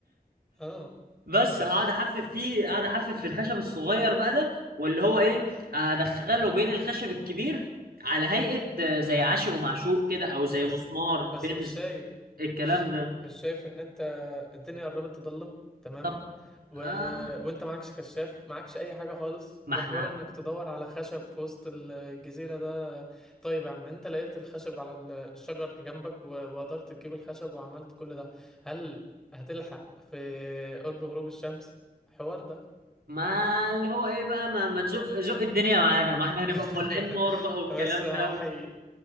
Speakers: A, in the centre; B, on the right (about 80°).
A: اه
B: بس
A: ايش
B: هقعد احفف فيه اقعد احفف في الخشب الصغير بقى ده واللي هو ايه ادخله بين الخشب الكبير على هيئه آه، زي عاشق ومعشوق كده او زي
A: بس
B: مسمار
A: بس
B: بنز
A: مش شايف
B: الكلام
A: مش
B: ده
A: مش شايف ان انت الدنيا قربت تضلم تمام
B: طب
A: و...
B: آه
A: وانت معكش كشاف معكش اي حاجة خالص
B: ما
A: وحوار
B: احنا
A: انك تدور على خشب في وسط الجزيرة ده طيب يا عم انت لقيت الخشب على الشجر جنبك و... وقدرت تجيب الخشب وعملت كل ده هل هتلحق في قرب غروب الشمس حوار ده
B: ما اللي هو ايه بقى ما, ما تزق زق الدنيا معانا ما احنا هنبقى
A: <laughs>
B: مولعين نار بقى والكلام
A: بس هحييك
B: ده و...